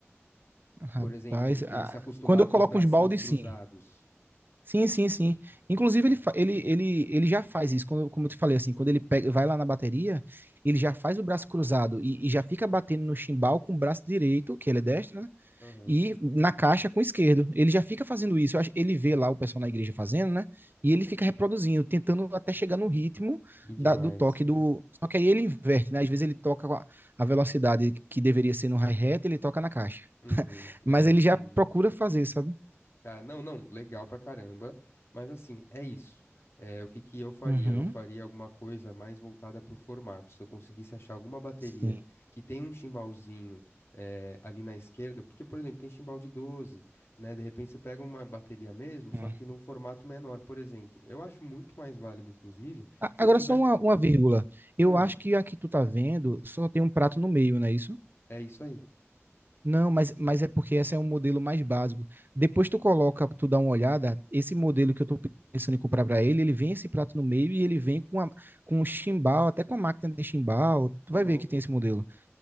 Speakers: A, on the right; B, on the left.
A: Rapaz,
B: Por exemplo,
A: a-
B: ele se acostumar
A: quando eu
B: com
A: coloco
B: os bracinhos
A: uns baldes,
B: cruzados.
A: sim. Sim, sim, sim. Inclusive, ele, fa- ele, ele, ele já faz isso, como eu, como eu te falei, assim, quando ele pega, vai lá na bateria, ele já faz o braço cruzado e, e já fica batendo no chimbal com o braço direito, que ele é destro, né?
B: Aham.
A: E na caixa com o esquerdo. Ele já fica fazendo isso. Eu acho- ele vê lá o pessoal na igreja fazendo, né? E ele fica reproduzindo, tentando até chegar no ritmo
B: Que demais.
A: da- do toque do. Só que aí ele inverte, né? Às vezes ele toca com a, a velocidade que deveria ser no hi-hat, ele toca na caixa.
B: Uhum. É,
A: Mas ele
B: entendi.
A: já procura fazer, sabe?
B: Tá, não, não, legal pra caramba, mas assim, é isso. É, o que que eu faria?
A: Uhum.
B: Eu faria alguma coisa mais voltada pro formato. Se eu conseguisse achar alguma bateria
A: Sim.
B: que tem um timbalzinho é, ali na esquerda, porque, por exemplo, tem timbal de doze né? De repente você pega uma bateria mesmo, só
A: Hum.
B: que num formato menor, por exemplo. Eu acho muito mais válido, inclusive,
A: A-
B: se
A: Agora
B: ele tiver.
A: só uma, uma vírgula. Eu
B: Hã,
A: acho que a que tu tá vendo só tem um prato no meio, não é isso?
B: é isso aí.
A: Não, mas, mas é porque esse é um modelo mais básico. Depois tu coloca, tu dá uma olhada, esse modelo que eu tô pensando em comprar para ele, ele vem esse prato no meio e ele vem com, a, com o chimbal, até com a máquina de chimbal. Tu
B: Ô,
A: vai
B: louco.
A: ver que tem esse modelo.